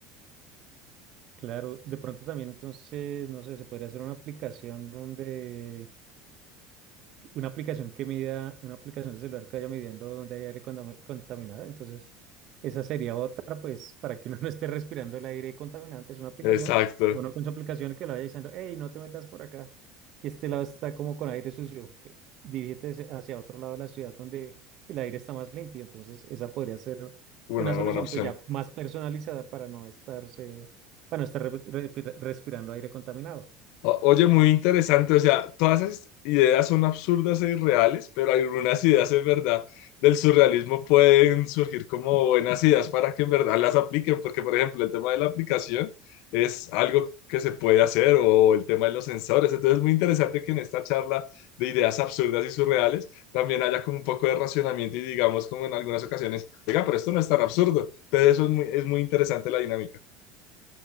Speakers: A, on the right; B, on the left.
A: claro, de pronto también entonces, no sé, se podría hacer una aplicación donde que- una aplicación que mida, una aplicación de celular que vaya midiendo dónde hay aire condami- contaminado. Entonces, esa sería otra, pues, para que uno <laughs> no esté respirando el aire contaminante, es una aplicación,
B: Exacto,
A: o uno con su aplicación que le vaya diciendo, hey, no te metas por acá, que este lado está como con aire sucio, que dirígete hacia hacia otro lado de la ciudad donde el aire está más limpio. Entonces, esa podría ser
B: una
A: una solución,
B: buena opción.
A: pues, ya más personalizada para no estarse, para no estar re- re- respirando aire contaminado.
B: O- Oye, muy interesante, o sea, todas esas ideas son absurdas e irreales, pero algunas ideas en verdad del surrealismo pueden surgir como buenas ideas para que en verdad las apliquen, porque por ejemplo el tema de la aplicación es algo que se puede hacer o el tema de los sensores, entonces es muy interesante que en esta charla de ideas absurdas y surreales también haya como un poco de racionamiento y digamos como en algunas ocasiones, oiga, pero esto no es tan absurdo, entonces eso es muy, es muy interesante la dinámica.